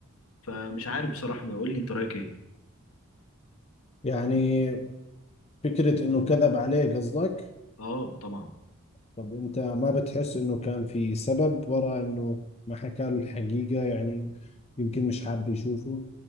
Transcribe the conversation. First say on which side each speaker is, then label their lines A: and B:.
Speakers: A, on the left; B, on the left.
A: فمش عارف بصراحه انا اقول لي انت رايك ايه
B: يعني فكرة إنه كذب عليه قصدك
A: اه طبعا
B: طب أنت ما بتحس إنه كان في سبب وراء إنه ما حكى له الحقيقة يعني يمكن مش حاب يشوفه